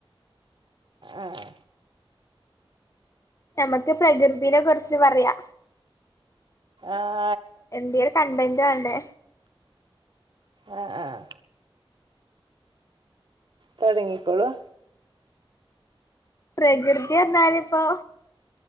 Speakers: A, on the right; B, on the left.
A: ആഹ്
B: നമക്ക് പ്രകൃതീന കുറിച്ച് പറയാ
A: ആഹ്
B: എന്ത്യേലൊര് കണ്ടന്റ് വേണ്ടേ
A: ആഹ് ആഹ് തൊടങ്ങിക്കോളുവ
B: പ്രകൃതി എന്നാലിപ്പൊ